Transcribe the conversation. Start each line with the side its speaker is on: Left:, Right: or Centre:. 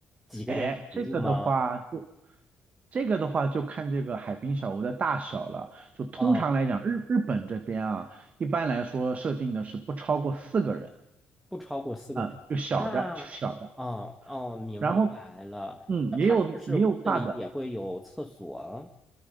Centre: 几个人一起住吗？
Right: 哎，这个的话就这个的话就看这个海滨小屋的大小了。就通常来讲，
Centre: 哦，
Right: 日日本这边啊，一般来说设定的是不超过四个人。
Centre: 不超过四个人。
Right: 嗯，就小的，
Centre: 那
Right: 就小的，
Centre: 哦哦，明白了。
Right: 然后嗯，
Centre: 那它是不是屋子里也会有厕所？
Right: 也有也有大的，